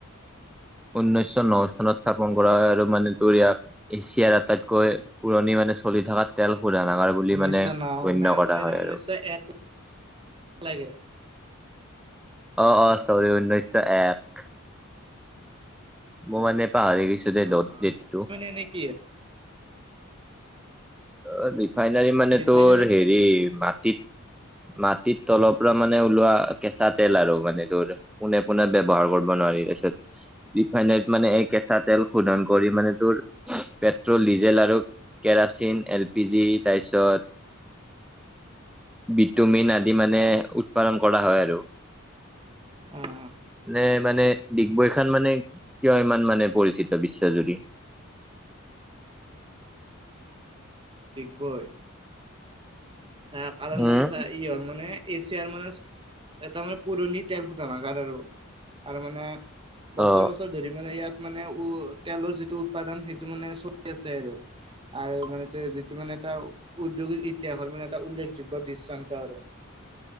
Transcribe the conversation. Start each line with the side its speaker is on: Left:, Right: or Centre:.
Centre: উনৈছশ ন চনত স্থাপন কৰা হয় আৰু মানে তোৰ ইয়াক এছিয়াৰ আটাইতকৈ পুৰণি মানে। মানে চলি থকা তেল। শোধনাগাৰ বুলি
Right: ঊনৈছশ
Centre: মানে
Right: ন
Centre: গণ্য
Right: না
Centre: কৰা
Right: মোৰ এনে
Centre: হয়
Right: ঊনৈছশ
Centre: আৰু।
Right: এক লাগে
Centre: অ' অ' চৰি ঊনৈশ এক মোৰ মানে পাহৰি গৈছো দে
Right: অ
Centre: দত
Right: অ
Centre: দেটটো।
Right: মানে এনে কি
Centre: অ' ৰিফাইনাৰী মানে
Right: ৰিফাইনাৰী
Centre: তোৰ হেৰি
Right: মানে কি অ
Centre: মাটিত। মাটিত তলৰ পৰা মানে ওলোৱা কেঁচা তেল আৰু মানে তোৰ পোনে পোনে ব্যৱহাৰ কৰিব নোৱাৰিলে। তাৰপিছত। ৰিফাইনেৰিত মানে এই কেঁচা তেল শোধন কৰি মানে তোৰ পেট্ৰল ডিজেল আৰু কেৰাচিন। বিজি তাৰপিছত বিটোমিন আদি মানে উৎপাদন কৰা হয় আৰু।
Right: অ অ
Centre: নে মানে। ডিগবৈ খন মানে কিয় ইমান মানে পৰিচিত বিশ্বজুৰি। <inaudible>
Right: ডিগবৈ। চা, কাৰণ
Centre: উম
Right: মানে চা ই হয় মানে এছিয়াৰ মানে এটা মানে পুৰণি তেল সোধনাগাৰ আৰু তাৰ মানে বছৰ-
Centre: অ
Right: বছৰ ধৰি মানে ইয়াত মানে উ তেলৰ যিটো উৎপাদন সেইটো মানে চলি আছে আৰু আৰু মানে যিটো মানে এটা উদ্যোগিক ইতিহাসৰ মানে এটা উল্লেখযোগ্য দৃষ্টান্ত আৰু